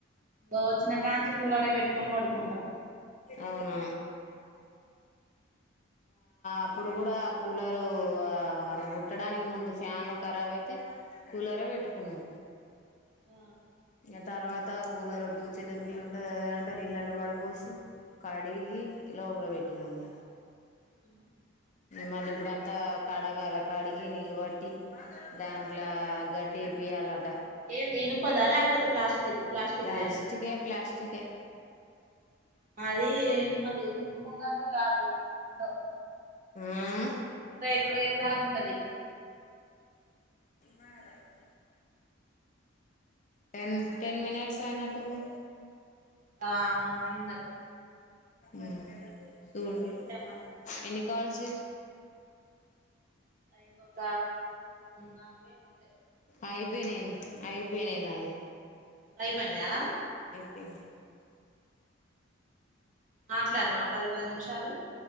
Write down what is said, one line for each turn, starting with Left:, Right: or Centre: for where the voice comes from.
Right: వోచ్చిన కాంచిి కూలరే పెట్కొనీ పడుకుంది
Left: అవునా అప్పుడు కూడా కూలరు ఆ పుట్టడానికి ముందు ఫ్యాన్ ఖరాబ్ అయితే కూలరే పెట్టుకున్నాం
Right: ఆ
Left: ఇగ తర్వాత కూలర్ వద్దు చిన్న పిల్లు ఉంటుందింటే నీళ్ళనే పడ పోసి కడిగి లోపల పెట్టినండ
Right: ఉ
Left: మళ్ళీ ఇప్పుడంతా కడగాల కడిగి నీళ్ళు బట్టి దాంట్లో గడ్డి పియాలట
Right: ఏంది ఇనుపదా లేకపోతే ప్లాస్టిక్ ప్లాస్టిక్
Left: ప్లాస్టికే
Right: దేనా
Left: ప్లాస్టికే
Right: అది ఇనుమది ఇనుముగాదు గాదు అదెందో
Left: ఉమ్
Right: రేకు రేకు రేకు లాగుంటది
Left: <unintelligible> టెన్ టెన్ మినిట్స్ అయినట్టుంది
Right: ఆ ఆయిందక
Left: ఉ చూడు
Right: మరి
Left: ఎ కాాలస
Right: ఇంకొక నాలుగే ఉ
Left: అయిపోయినను అయిపోయిననుయి
Right: పై పన్యా
Left: అే
Right: అ మాట్లాడినా పదిభై నిమిషాలు